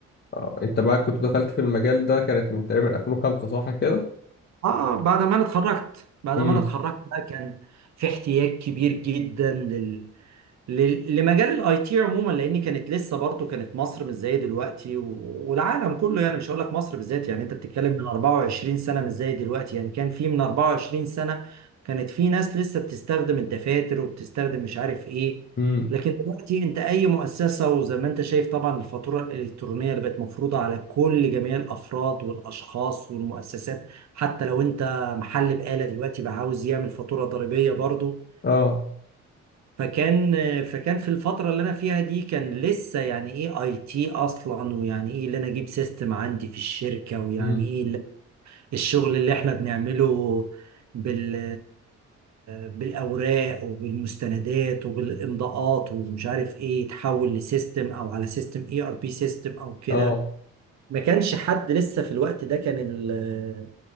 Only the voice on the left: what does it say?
آه. انت بقى كنت دخلت في المجال ده كانت من تقريبا 2005 صح كده
امم
امم
اه
امم
اه